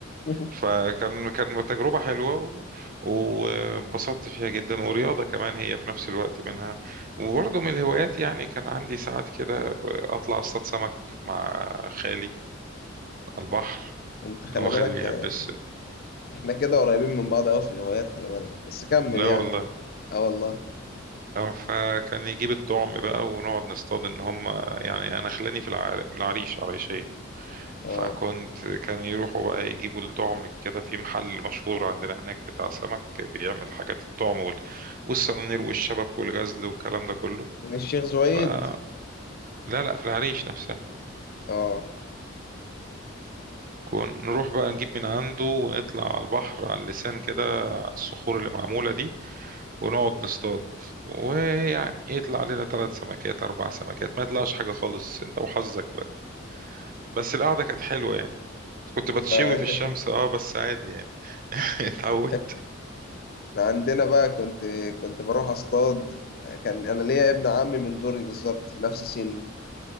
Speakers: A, on the left (about 50°); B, on the right (about 45°).
A: <laughs>
B: فكان كان تجربة حلوة و- وانبسطت فيها جدا ورياضة كمان هي في نفس الوقت منها وبرضه من الهوايات يعني كان عندي ساعات كده ب- أطلع أصطاد سمك مع خالي على البحر
A: انت خلي
B: هو خالي
A: بالك
B: بيحب
A: آه،
B: الس-
A: احنا كده قريبين من بعض قوي في الهوايات خلي بالك بس كمل
B: لا
A: يعني
B: والله
A: اه والله
B: اه فكان يجيب الطعم بقى ونقعد نصطاد ان هم يعني انا خلاني في العر... من العريش عريشية فكنت
A: اه
B: كان يروحوا بقى يجيبوا الطعم كده في محل مشهور عندنا هناك بتاع سمك بيعمل حاجات الطعم وال- والسنانير والشبك والغزل والكلام ده كله
A: من الشيخ زويد
B: فلا لا لا، في العريش نفسها
A: اه
B: كون نروح بقى نجيب من عنده ونطلع على البحر على اللسان كده الصخور اللي معمولة دي ونقعد نصطاد ويعني يطلع لنا ثلاث سمكات أربع سمكات ما يطلعش حاجة خالص أنت وحظك بقى بس القعدة كانت حلوة يعني كنت بتشوي
A: ده-
B: في الشمس اه بس عادي يعني <laughs> اتعودت
A: ده <laughs> عندنا بقى كنت كنت بروح اصطاد كان انا ليا ابن عمي من دوري بالظبط نفس سني